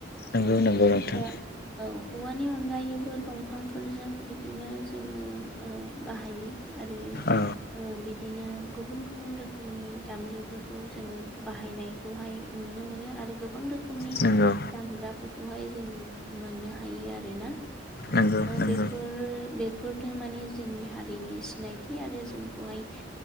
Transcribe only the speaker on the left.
नंगौ
नंगौ नोंथां
औ
नंगौ
नंगौ नंगौ